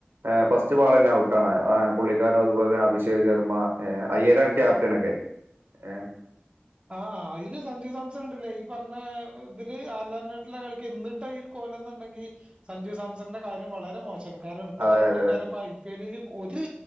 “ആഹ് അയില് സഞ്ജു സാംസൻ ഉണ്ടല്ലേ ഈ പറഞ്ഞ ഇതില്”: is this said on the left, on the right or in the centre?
Right